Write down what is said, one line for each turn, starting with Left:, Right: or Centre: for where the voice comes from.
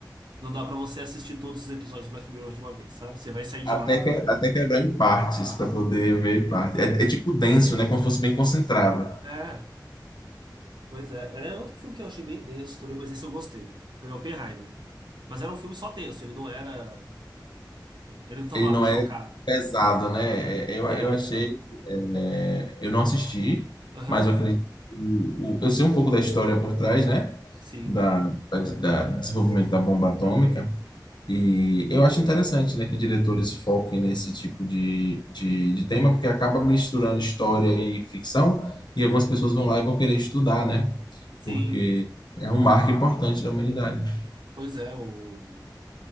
Right: Não dá pra você assistir todos os episódios de Black Mirror de uma vez, sabe? Você vai sair de
Left: Até,
Right: lá.
Left: que, é, até quebrar em partes, para poder ver em partes. É, é tipo denso, né? Como se fosse bem concentrado.
Right: É, pois é. É outro filme que eu achei bem denso também, mas esse eu gostei. Foi Oppenheimer. Mas era um filme só tenso, ele não era. Ele não tava
Left: Ele
Right: lá
Left: não
Right: pra chocar.
Left: é pesado, né? É, é, Eu,
Right: É,
Left: eu achei. é, eu não assisti,
Right: aham,
Left: mas eu acredito. que o- o- Eu sei um pouco da história por trás, né?
Right: sim,
Left: Da, da, da desenvolvimento da bomba atômica. E eu acho interessante, né, que diretores foquem nesse tipo de, de, de tema, porque acaba misturando história e ficção, e algumas pessoas vão lá e vão querer estudar, né?
Right: sim.
Left: Porque é um marco importante da humanidade.
Right: Pois é, o.